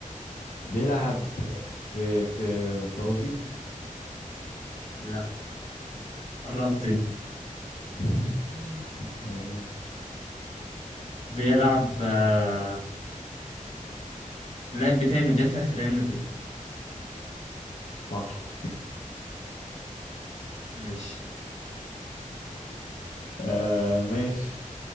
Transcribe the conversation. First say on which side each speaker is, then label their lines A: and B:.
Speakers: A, on the left; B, on the left.
A: بيلعب في في برازيل
B: لا قربت انت
A: <laughs> ماشي
B: بيلعب آه، اللاعب بتاعي مدافع في ريال مدريد
A: صح
B: ماشي
A: آه ماشي